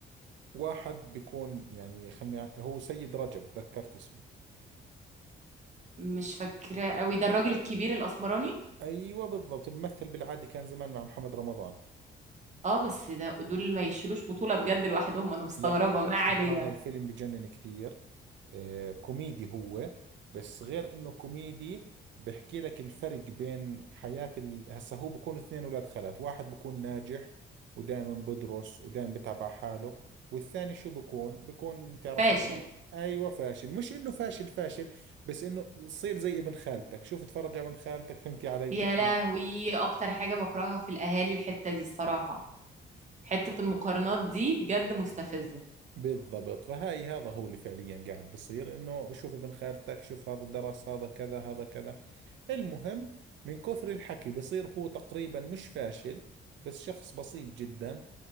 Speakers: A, on the right (about 70°); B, on the right (about 35°).
A: واحد بيكون يعني خلني هو سيد رجب ذكرت اسمه
B: مش فاكراه قوي ده الراجل الكبير الاسمراني
A: ايوه بالضبط بمثل بالعادي كان زمان مع محمد رمضان
B: اه بس ده دول ما يشيلوش بطوله بجد لوحدهم انا مستغربه
A: لا
B: ما علينا
A: هذا الفيلم بجنن كثير آه، كوميدي هو بس غير انه كوميدي بحكي لك الفرق بين حياة ال... هسا هو بكون اثنين اولاد خالات واحد بكون ناجح ودائما بدرس ودائما بتعب على حاله والثاني شو بكون بكون تعرفين
B: فاشل
A: ايوه فاشل مش انه فاشل فاشل بس انه يصير زي ابن خالتك شوف اتفرج على ابن خالتك فهمتي علي
B: يا
A: كيف
B: لهوي اكتر حاجة بكرهها في الاهالي الحتة دي الصراحة حتة المقارنات دي بجد مستفزة
A: بالضبط فهاي هذا هو اللي فعليا قاعد بصير انه شوف ابن خالتك شوف هذا درس هذا كذا هذا كذا المهم من كثر الحكي بصير هو تقريبا مش فاشل بس شخص بسيط جدا